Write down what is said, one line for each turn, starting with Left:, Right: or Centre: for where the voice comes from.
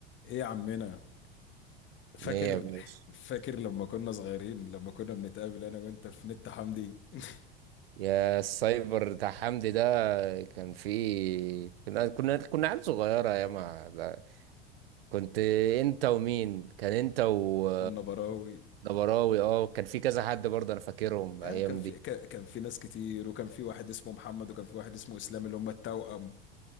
Left: ايه يا عمنا فاكر
Right: ايه يا باشا
Left: فاكر لما كنا صغيرين لما كنا بنتقابل انا وانت في نت حمدي <laughs>
Right: يا السايبر بتاع حمدي ده كان فيه كنا كنا كنا عيال صغيرة يا ما ده كنت انت ومين كان انت و...
Left: والنبراوي
Right: ونبراوي اه كان في كذا حد برضه انا فاكرهم
Left: آه
Right: الايام
Left: كان في
Right: دي
Left: كا- كان في ناس كتير وكان في واحد اسمه محمد وكان في واحد اسمه اسلام اللي هم التوأم